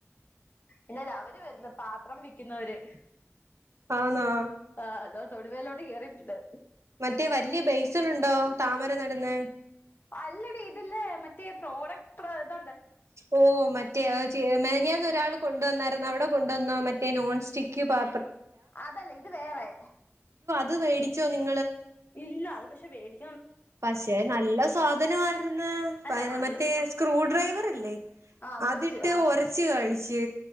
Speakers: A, on the left (about 45°); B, on the right (about 75°).
A: ഇല്ലലവര് വരുന്ന് പാത്രം വിക്കുന്നോര്
B: ആന്നോ
A: ആ അതോ തൊടുവേലോട്ട് കേറിട്ട്ണ്ട്
B: മറ്റേ വല്യ ബൈസനുണ്ടോ താമരനടന്നെ
A: അല്ല ഡി ഇതില്ലേ മറ്റേ പ്രോഡക്റ്റ് പ്ര ഇത്
B: ഓ മറ്റേ ചെ മെനിഞ്ഞാന്ന് ഒരാള് കൊണ്ടുവന്നായിരുന്ന അവിടെ കൊണ്ടുവന്ന മറ്റേ നോൺ സ്റ്റിക്ക്പാ
A: അതല്ല ഇത് വേറെ
B: ത് മേടിച്ചോ നിങ്-
A: ഇല്ല അത് പക്ഷ- വേടി
B: പഷെ നല്ല സാധനവാര്ന്ന്
A: അല്ല
B: പ
A: നല്ല
B: മറ്റേ
A: സ
B: സ്ക്രൂ ഡ്രൈവറില്ലേ
A: ആ അത്
B: അതിട്ട്
A: വെച്ച് ആ
B: ഒരച്ച് കാണിച്ച്